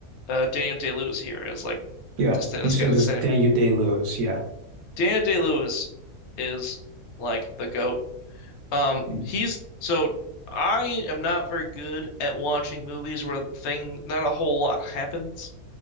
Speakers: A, on the left; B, on the right.
A: uh Daniel Day-Lewis here as like
B: yeah.
A: this this
B: You said
A: guy's
B: it
A: the
B: was
A: same.
B: Daniel Day-Lewis. Yeah,
A: Daniel Day-Lewis is like the goat. Um,
B: Mm,
A: he's so I am not very good at watching movies where thing not a whole lot happens,